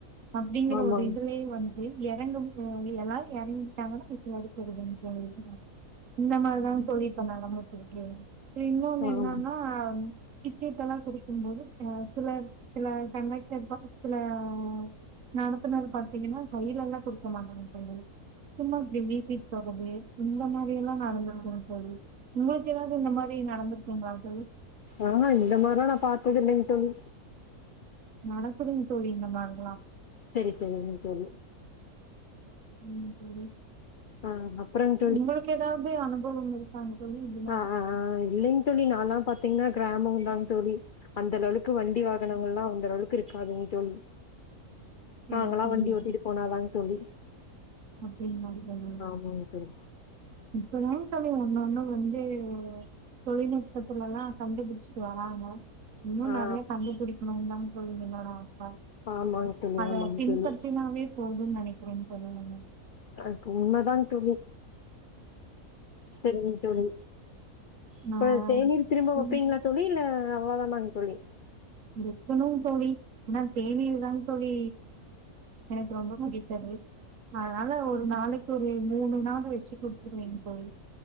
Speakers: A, on the right; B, on the left.
A: அப்டிங்கிற
B: ஆமாங்க.
A: ஒரு இதுலயே வந்து எறங்கும் அ எல்லாரும் எறங்கிட்டாங்கன்னா விசிலடிச்சிர்றதுங்க தோழி ம் இந்த மாதிரிதா தோழி இப்ப நடந்துட்ருக் ம் அப்றோ இன்னொன்னு
B: ஆமா.
A: என்னானா டிக்கெட்டெல்லா குடுக்கும்போது ஆ சில சில கண்டக்டர் ப சில ஆ நடத்துனர் பாத்தீங்கன்னா கையிலல்லா குடுக்க மாட்டாங்க தோழி சும்மா இப்டி வீசிட் போறது இந்த மாரியெல்லா நடந்துருக்கு தோழி உங்களுக்கு ஏதாவது இந்த மாரி நடந்ருக் க்குங்ளா தோழி
B: ஆ ஹ இந்த மார்லா நா பாத்தது இல்லைங்க தோழி
A: நடக்குதுங் தோழி இந்த மாரில்லா
B: செரி செரிங்க தோழி
A: ம் தோழி
B: ஆ அப்புறங்க
A: உங்களுக்கு ஏதாவது அனுபவம் இருக்காங்க தோழி இது மாரி
B: அ அ அ இல்லைங் தோழி நால்லாம் பாத்தீங்னா கிராமதாங் தோழி அந்த லெவலுக் கு வண்டி வாகனங்கள்லா அந்த லெவல்க்கு இருக்காதுங் தோழி
A: செரி
B: நாங்கல்லா
A: செரிங்க
B: வண்டி ஓட்டிட்டு
A: தோழி
B: போனாதாங் தோழி
A: அப்டிங்களா தோழி
B: ஆமாங்க தோழி
A: இப்பதா தோழி ஒன்னு ஒன்னு வந்து தொழில்நுட்பத்துலல்லா கண்டுப்புடிச்சிட்டு வராங்க இன்னு
B: ஆ
A: நறைய கண்டுபுடிக்கணுன்தா <unintelligible> என்னோட ஆஸ் அ
B: ஆமாங் தோழி
A: அத
B: ஆமாங்
A: பின்பற்றினாவே
B: தோழி
A: போதுன் நெனக் <unintelligible> தோழி
B: அது உண்மதாங் தோழி செரிங்க தோழி
A: நா
B: இப்ப தேநீர் திரும்ப வப்பீங்களா தோழி இல்ல அவ்ளதானாங் தோழி
A: எடுக்கணு தோழி ஏனா தேனீர்தாங் தோழி எனக்கு ரொம்ப புடித்தது அதனால ஒரு நாளைக்கு ரெ மூணு நாலு வெச்சி குடிச்சிருவேங் தோழி